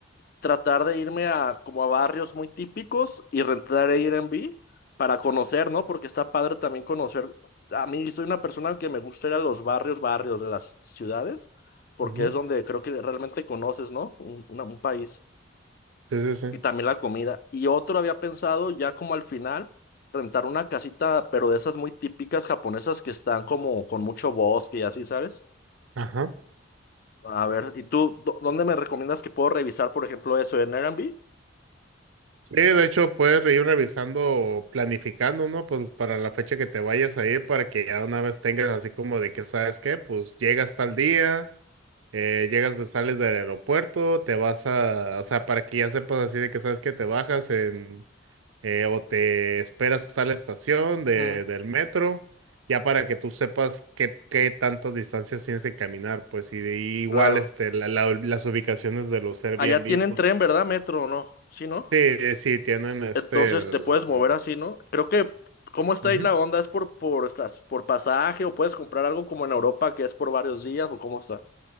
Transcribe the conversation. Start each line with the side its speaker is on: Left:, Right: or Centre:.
Left: tratar de irme a como a barrios muy típicos y rentar Airbnb para conocer, ¿no? Porque está padre también conocer. A mí soy una persona que me gusta ir a los barrios, barrios de las ciudades, porque
Right: ujú.
Left: es donde creo que realmente conoces, ¿no? Un, una- un país.
Right: Sí, sí, sí.
Left: Y también la comida. Y otro había pensado ya como al final, rentar una casita, pero de esas muy típicas japonesas que están como con mucho bosque y así, ¿sabes?
Right: Ajá.
Left: A ver, ¿y tú dó- dónde me recomiendas que puedo revisar, por ejemplo, eso en Airbnb?
Right: Sí, de hecho, puedes ir revisando, planificando, ¿no? Pues para la fecha que te vayas a ir, para que ya una vez tengas así como de que, ¿sabes qué? Pues llegas tal día, eh, llegas, de, sales del aeropuerto, te vas a, o sea, para que ya sepas así de que, ¿sabes qué? Te bajas en, eh, o te esperas hasta la estación de,
Left: Mm,
Right: del metro, ya para que tú sepas qué, qué tantas distancias tienes que caminar, pues, y, de- y igual
Left: claro.
Right: este, la- la- las ubicaciones de los Airbnb,
Left: Allá tienen
Right: pues,
Left: tren, ¿verdad? Metro, ¿no? Sí, ¿no?
Right: sí, eh, sí, tienen este,
Left: Entonces
Right: el,
Left: te puedes mover así, ¿no? Creo que, ¿cómo está
Right: ujú,
Left: ahí la onda? ¿Es por, por, estas, por pasaje o puedes comprar algo como en Europa que es por varios días o cómo está?